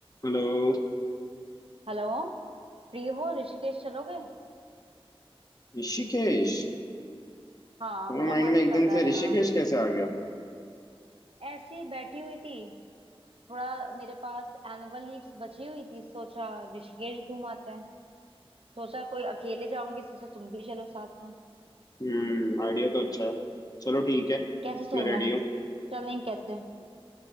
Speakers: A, on the left (about 40°); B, on the right (about 70°).
A: Hello
B: Hello Free हो ऋषिकेश चलोगे
A: Rishikesh
B: हाँ
A: तुम्हारे
B: मेरा
A: mind
B: मन
A: में एकदम
B: कर रहा
A: से
B: है यार
A: ऋषिकेश कैसे आ गया
B: ऐसे ही बैठी हुई थी थोड़ा मेरे पास एनुअल लीव्स बची हुई थी सोचा ऋषिकेश घूम आते हैं सोचा कोई अकेले जाऊंगी सोचा तुम भी चलो साथ में
A: हम्म आइडिया तो अच्छा है चलो ठीक है
B: कैसे चलना
A: मैं रेडी
B: है?
A: हूँ
B: चलेंगे कैसे